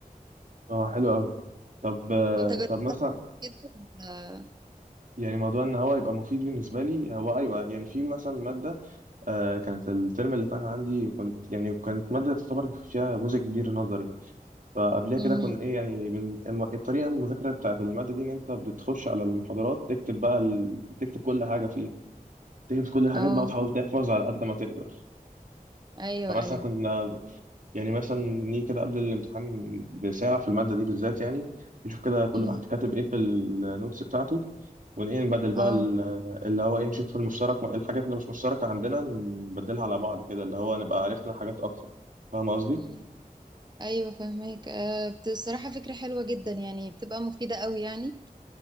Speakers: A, on the right; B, on the right.
A: اه حلو أوي طب آه،
B: انت جربتها
A: طب مثلا
B: كده ولا-
A: يعني موضوع ان هو يبقى مفيد بالنسبه لي هو ايوه يعني في مثلا ماده آه كانت الترم اللي فات عندي وكنت يعني كانت ماده تعتبر فيها جزء كبير نظري فقبلها
B: مم.
A: كده كنا ايه يعني بن... الم- الطريقه المذاكره بتاعت الماده دي ان انت بتخش على المحاضرات تكتب بقى ال... تكتب كل حاجه فيها تكتب كل الحاجات
B: اه
A: بقى وتحاول تحفظ على قد ما تقدر
B: ايوه
A: فمثلا
B: ايوه
A: كنا يعني مثلا نيجي كده قبل الامتحان بساعه في الماده دي بالذات يعني نشوف كده كل
B: مم.
A: واحد كاتب ايه في النوتس بتاعته ونبدل نبدل بقى
B: اه
A: ال- اللي هو ايه نشوف المشترك الحاجات اللي مش مشتركه عندنا نبدلها على بعض كده اللي هو نبقى عرفنا حاجات اكتر فاهم قصدي؟
B: مم. ايوه فهماك آه، بصراحه فكره حلوه جدا يعني بتبقى مفيده قوي يعني